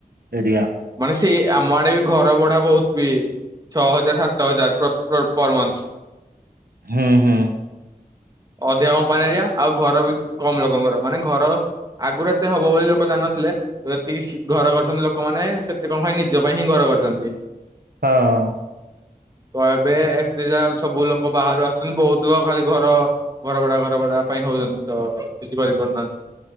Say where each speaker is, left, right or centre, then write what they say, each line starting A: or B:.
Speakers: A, on the right; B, on the right.
A: ଏରିଆ।
B: ମାନେ ସେଇ ଆମ ଆଡେ ବି ଘର ଭଡ଼ା ବହୁତ ବି। ଛଅ ହଜାର ସାତର ହଜାର ପ୍ର ପର ମନ୍ଥ।
A: ହୁଁ ହୁଁ।
B: ଅଧିକ କମ୍ପାନୀ ଏରିଆ ଆଉ ଘର ବି କମ ଲୋକଙ୍କର ମାନେ ଘର ଆଗୁରୁ ଏତେ ହବ ବୋଲି ଲୋକ ଜାନଥିଲେ ଯେତିକି ଘର କରିଛନ୍ତି ଲୋକମାନେ ସେତେ କଣ ନିଜ ପାଇଁ ହିଁ ଘର କରିଛନ୍ତି।
A: ହଁ।
B: କହିବେ ଏତେ ଯା ସବୁ ଲୋକ ବାହାରୁ ଆସୁଛନ୍ତି ବହୁତ ଲୋକ ଖାଲି ଘର ଘର ବଡା ଘର ବଡା ପାଇଁ ହଉଛନ୍ତି ତ କିଛି କରି ପାରୁନାହାନ୍ତି।